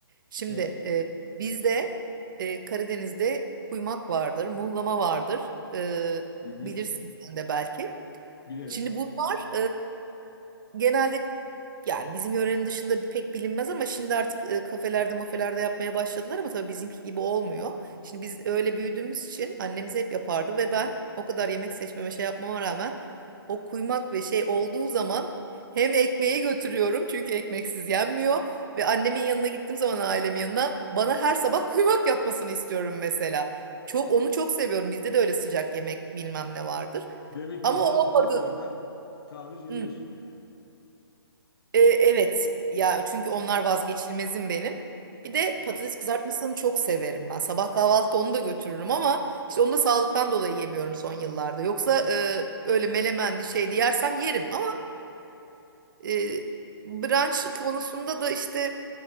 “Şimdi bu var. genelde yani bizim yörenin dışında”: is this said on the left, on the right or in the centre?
Right